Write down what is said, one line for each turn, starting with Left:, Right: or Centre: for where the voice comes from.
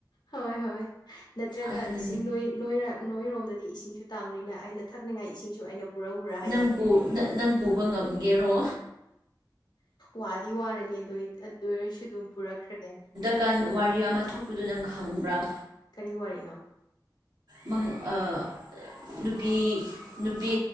Left: ꯍꯣꯏ ꯍꯣꯏ ꯅꯠꯇ꯭ꯔꯒ
Right: ꯑꯗꯨꯅꯦ
Left: ꯏꯁꯤꯡ ꯅꯣꯏ ꯅꯣꯏꯔ ꯅꯣꯏꯔꯣꯝꯗꯗꯤ ꯏꯁꯤꯡꯁꯨ ꯇꯥꯡꯕꯅꯤꯅ ꯑꯩꯅ ꯊꯛꯅꯤꯡꯉꯥꯏ ꯏꯁꯤꯡꯁꯨ ꯑꯩꯅ ꯄꯨꯔꯛꯎꯔꯥ ꯍꯌꯦꯡ
Right: ꯅꯪ ꯅꯪ ꯄꯨꯕ ꯉꯝꯒꯦꯔꯣ
Left: ꯋꯥꯗꯤ ꯋꯥꯔꯅꯤ ꯑꯗꯨ ꯑꯗꯨ ꯑꯣꯏꯔꯁꯨ ꯑꯗꯨꯝ ꯄꯨꯔꯛꯈ꯭ꯔꯒꯦ
Right: ꯀꯥꯟ ꯋꯥꯔꯤ ꯑꯃ ꯊꯣꯛꯄꯗꯨ ꯅꯪ ꯈꯪꯕ꯭ꯔꯥ
Left: ꯀꯔꯤ ꯋꯥꯔꯤꯅꯣ
Right: ꯃꯪ ꯑ ꯅꯨꯄꯤ ꯅꯨꯄꯤ